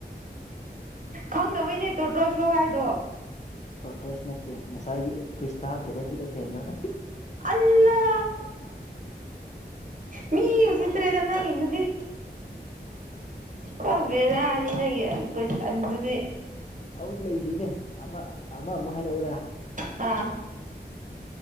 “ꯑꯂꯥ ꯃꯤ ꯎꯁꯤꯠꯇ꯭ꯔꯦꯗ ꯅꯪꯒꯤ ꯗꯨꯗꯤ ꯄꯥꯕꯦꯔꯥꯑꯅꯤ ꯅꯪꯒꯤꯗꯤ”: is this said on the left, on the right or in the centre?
Right